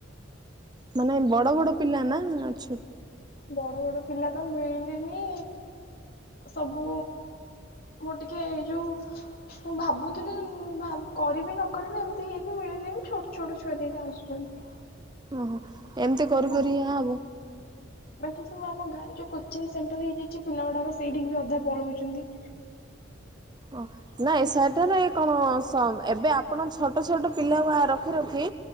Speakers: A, on the right; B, on the left.
A: ମାନେ ବଡ ବଡ ପିଲା ନା ଛୋ
B: ବଡ ବଡ ପିଲା ତ ମିଳିଲେନି। ସବୁ ମୁଁ ଟିକେ ଯୋଉ ମୁଁ ଭାବୁଥିଲି ଭା କରିବି ନ କରିବି ଏମିତି ହେଇକି ମିଳିଲେନି ଛୋଟ ଛୋଟ ଛୁଆ ଦିଟା ଆସୁଚନ୍ତି।
A: ଓହୋ ଏମିତି କରି
B: ବାକି
A: କରି ଇହା ହବ।
B: ବାକି ସବୁ ଆମ ଗାଁରେ ଯୋଉ କୋଚିଂ ସେଣ୍ଟର ହେଇଯାଇଚି ପିଲା ଗୁଡାକ ସେଇଠିକି ବି ଅଧା ପଳଉଚନ୍ତି।
A: ଓ ହୋ ନାଇଁ ସେଠାରେ କଣ ସୁଣ ଏବେ ଆପଣ ଛୋଟ ଛୋଟ ପିଲାଙ୍କୁ ଏକିରଖି ରଖି